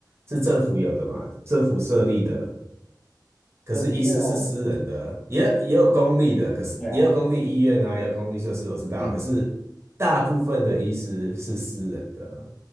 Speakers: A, on the right (about 35°); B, on the left (about 20°).
A: 是政府有的嘛，政府设立的。可是医师是私人的，
B: 可是也有，
A: 也有也有公立的，可是也有公立医院啊，
B: 对啊，
A: 也有公立设施，我知道。
B: 嗯
A: 可是大部分的医师是私人的，